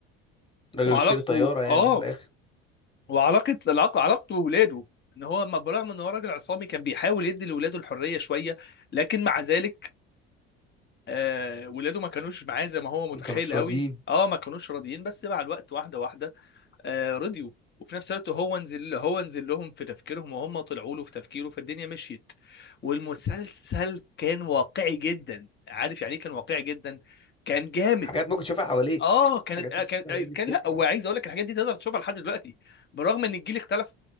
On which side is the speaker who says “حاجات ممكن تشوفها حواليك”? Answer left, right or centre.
Left